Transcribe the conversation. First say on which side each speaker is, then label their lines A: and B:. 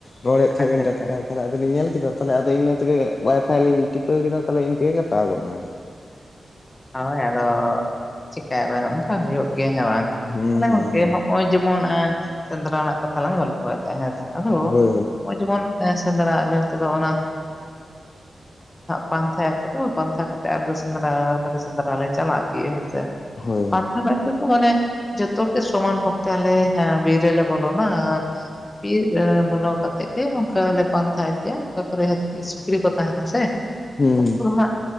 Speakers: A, on the left; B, on the left.
A: ᱨᱚᱲᱮᱫ ᱛᱟᱦᱮᱸᱫᱤᱱ
B: ᱟᱪᱪᱷᱟ ᱟᱪᱪᱷᱟ
A: ᱴᱟᱴᱠᱟ ᱛᱟᱦᱚᱞᱮ ᱟᱫᱚ ᱞᱤᱧ ᱧᱮᱞ ᱠᱮᱫᱟ ᱛᱟᱦᱚᱞᱮ ᱟᱫᱚ ᱤᱱᱟᱹ ᱛᱮᱜᱮ ᱚᱣᱟᱭᱯᱷᱟᱭ ᱞᱤᱧ ᱴᱤᱯᱟᱹᱣ ᱠᱮᱫᱟ ᱛᱟᱦᱚᱞᱮ ᱤᱱᱠᱟᱹ ᱠᱟᱴᱟᱣ ᱜᱚᱫ ᱮᱱᱟ
B: ᱦᱳᱭ ᱟᱫᱚ ᱪᱤᱠᱟᱹᱭ ᱵᱮᱱ ᱚᱱᱠᱟ ᱦᱩᱭᱩᱜ ᱜᱮᱭᱟ ᱦᱮᱸ ᱵᱟᱝ
A: ᱦᱩᱸ
B: ᱛᱟᱞᱦᱮ
A: ᱦᱩᱸ
B: ᱜᱚᱝᱠᱮ
A: ᱦᱩᱸ
B: ᱦᱚᱸᱜᱼᱚᱭ ᱡᱮᱢᱚᱱ ᱥᱮᱸᱫᱽᱨᱟ ᱨᱮᱱᱟᱜ ᱠᱟᱛᱷᱟ ᱞᱟᱝ ᱜᱚᱞᱯᱷᱚᱭᱮᱫ ᱦᱮᱸ ᱥᱮ ᱟᱫᱚ
A: ᱦᱳᱭ ᱦᱳᱭ
B: ᱱᱚᱜᱼᱚᱭ ᱡᱮᱢᱚᱱ ᱥᱮᱸᱫᱽᱨᱟ ᱞᱮ ᱛᱮᱫᱚ ᱚᱱᱟ ᱯᱟᱱᱛᱟᱭ ᱟᱠ ᱛᱚ ᱯᱟᱱᱛᱷᱟ ᱟᱞᱮ ᱫᱚ ᱥᱮᱸᱫᱽᱨᱟ ᱫᱚᱞᱮ ᱥᱮᱸᱫᱽᱨᱟ ᱞᱮ ᱪᱟᱞᱟᱜ ᱜᱮ ᱦᱮᱸ ᱥᱮ
A: ᱦᱳᱭ
B: <inaudible>
A: ᱦᱳᱭ
B: ᱢᱟᱱᱮ ᱡᱚᱛᱚ ᱜᱮ ᱥᱚᱢᱟᱱ ᱵᱷᱟᱵᱛᱮ ᱟᱞᱮ ᱦᱮᱸ ᱵᱤᱨ ᱨᱮ ᱞᱮ ᱵᱚᱞᱚᱱᱟ ᱟᱨ ᱵᱤᱨ ᱵᱚᱞᱚᱵ ᱠᱟᱛᱮ ᱜᱮ ᱚᱱᱠᱟ ᱞᱮ ᱯᱟᱱᱛᱷᱟ ᱤᱫᱤᱭᱟ ᱚᱠᱟ ᱠᱚᱨᱮ ᱥᱩᱠᱨᱤ ᱠᱚ ᱛᱟᱦᱮᱱᱟ ᱥᱮ
A: ᱦᱩᱸ
B: ᱢᱟᱜ